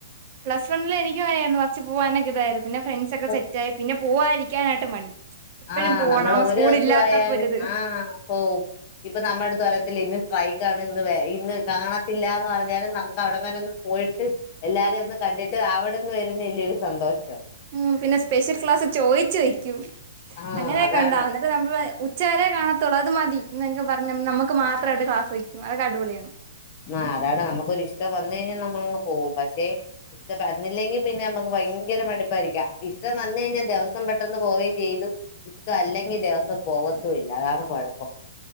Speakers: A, on the right; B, on the left.
A: പ്ലസ് വണ്ണില് എനിക്ക് വയ്യാരുന്നു കൊറച്ചു പോവാനൊക്കെ ഇതായിരുന്നു പിന്നെ ഫ്രണ്ട്സ്
B: ഇപ്പൊ
A: ഒക്കെ സെറ്റായി പിന്നെ പോവതിരിക്കാനായിട്ട് മടി എപ്പഴും
B: ആഹ്
A: പോണം
B: നമ്മൾ ഒരു
A: സ്കൂൾ
B: ദിവസായാലും
A: ഇല്ലാത്തപ്പോ ഒരിത്
B: ആഹ് പോവും ഇപ്പൊ നമ്മുടെ എടുത്തു പ്രായത്തിലെ ഇന്ന് സ്ട്രൈക്കണ് ഇന്ന് വ ഇന്ന് കാണത്തില്ല എന്ന് പറഞ്ഞാലും നമുക്ക് അവിടെ വരെന്നും പോയിട്ട് എല്ലാരെയൊന്ന് കണ്ടിട്ട് അവിടെന്ന് വരുന്ന വലിയൊരു സന്തോഷം
A: ഉം പിന്നെ സ്പെഷ്യൽ ക്ലാസ് ചോയിച്ച് വെക്കും
B: ആഹ്
A: അങ്ങനെയൊക്കെ
B: അതാണ്
A: ഉണ്ടാവ അത് നമ്മൾ ഉച്ചവരെ കാണത്തുള്ളൂ അത് മതി എന്നൊക്ക പറഞ് നമുക്ക് മാത്രമായിട്ട് ക്ലാസ് വക്കും അതൊക്ക അടിപൊളിയാണ്
B: ആഹ് അതാണ് നമുക്കൊരിഷ്ടം വന്ന് കഴിഞ്ഞാൽ നമ്മളങ്ങ് പോകും പക്ഷെ <unintelligible> പിന്നെ നമുക്ക് ഭയങ്കര മട് രിക്കാം ഇഷ്ടം വന്നു കഴിഞ്ഞാൽ ദിവസം പെട്ടന്ന് പോവുകയും ചെയ്തു ഇഷ്ടം അല്ലെങ്കിൽ ദിവസ് സം പോവത്തുവില്ല അതാണ് കൊഴപ്പം